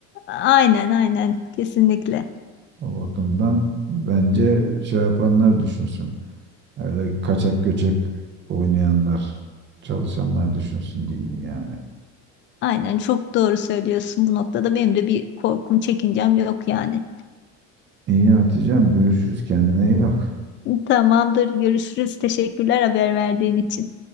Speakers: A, on the left; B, on the right.
A: Aynen aynen kesinlikle.
B: O bakımdan bence şey yapanlar düşünsün. Öyle kaçak göçek oynayanlar, çalışanlar düşünsün diyeyim yani.
A: Aynen çok doğru söylüyorsun bu noktada. Benim de bir korkum, çekincem yok yani.
B: İyi Hatice'm görüşürüz kendine iyi bak.
A: Tamamdır, görüşürüz. Teşekkürler haber verdiğin için.